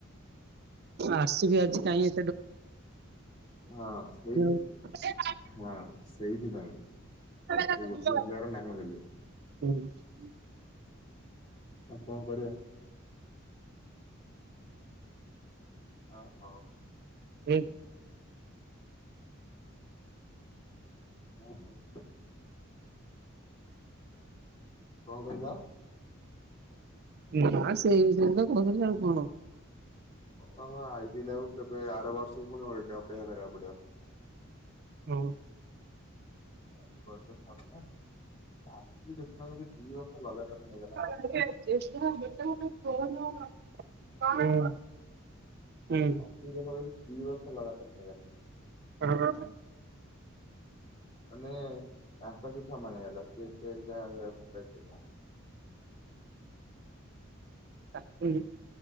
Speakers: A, on the right (about 50°); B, on the left (about 30°).
A: ଆସିବି ଆଜି କାଇଁ
B: ହଁ ସେଇଥି
A: <unintelligible>
B: ହଁ ସେଇଥିପାଇଁ।
A: <unintelligible>
B: ସେ ଗୋଟିଏ ପ୍ଲେୟାର ନାହିଁ
A: ହୁଁ।
B: ବୋଲି ଆଉ କଣ କରିବା? ଆଉ ହୋଉ।
A: <unintelligible>
B: ହଁ ହୋଉ। କଣ କହିଲ?
A: ନାଁ ସେଇ ବିଷୟରେତ କୋଉଥିଲି ଆଉ କଣ।
B: ଓ ହଁ ଆଇ ପିଲାଙ୍କୁ କେବେ ଆର ବର୍ଷକୁ ପୁଣି ଓଲଟା ଅପେକ୍ଷା କରିବାକୁ ପଡ଼ିବ।
A: ହଁପା।
B: ଆଉ ଏବର୍ଷ ସରିଲା ଆସିକି ଦେଖୁନ କେମିତି ଦିବର୍ଷ ଲଗାତାର ନେଇଗଲା।
A: <unintelligible> <unintelligible> ହୁଁ।
B: ସେଇ ପା କିହିଲି ଦି ବର୍ଷ ଲଗାତାର ନେଇଗଲା।
A: <inaudible>
B: ମାନେ ତାଙ୍କ ସହ ସମାନ ହେଲା। ସେ ସେଟା ମୁମ୍ବାଇ ସେଇଟା
A: <unintelligible>